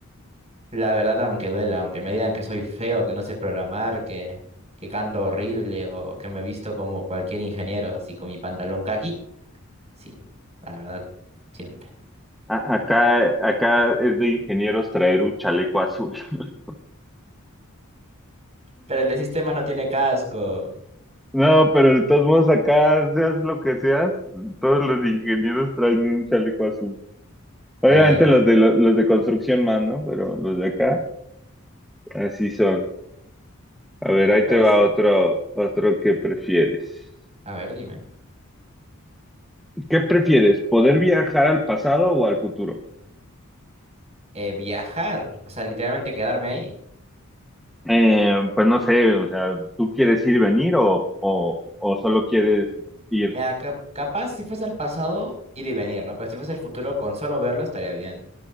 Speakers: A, on the right (about 30°); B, in the centre.
A: La verdad, aunque duela, aunque me digan que soy feo, que no sé programar, que... que canto horrible o que me he visto como cualquier ingeniero, así con mi pantalón caqui, Sí, la verdad, siempre.
B: A- acá, acá es de ingenieros traer un chaleco azul. <laughs>
A: Pero el de sistemas no tiene casco.
B: No, pero de todos modos acá, seas lo que seas, todos los ingenieros traen un chaleco azul. Obviamente
A: Bueno,
B: los de lo- los de construcción más, ¿no? Pero los de acá, así son. A
A: <laughs>
B: ver, ahí
A: pues,
B: te va otro, otro que prefieres.
A: a ver, dime.
B: ¿Qué prefieres? ¿Poder viajar al pasado o al futuro?
A: Eh, viajar, o sea, literalmente quedarme ahí.
B: Eh, pues no sé, o sea, ¿tú quieres ir y venir o, o, o solo quieres ir
A: Mira, cap- capaz si fuese el pasado, ir y venir, ¿no? Pero si fuese el futuro, con solo verlo estaría bien.